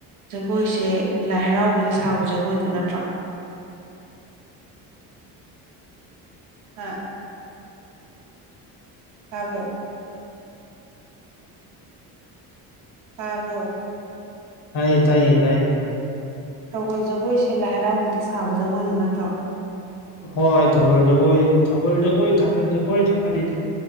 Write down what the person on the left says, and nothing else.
ꯇꯥꯏꯌꯦ ꯇꯥꯏꯌꯦ ꯇꯥꯏꯌꯦ
ꯍꯣꯏ ꯊꯧꯒꯜ ꯖꯒꯣꯏ ꯊꯧꯒꯜ ꯖꯒꯣꯏ ꯊꯥꯕꯜ ꯖꯒꯣꯏ ꯆꯞ ꯃꯥꯟꯅꯩꯗ